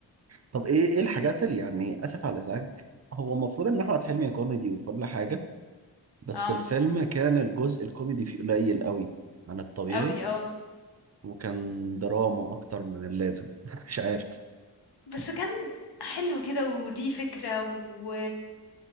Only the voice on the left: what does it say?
اه
قوي اه
بس كان حلو كده وليه فكره و...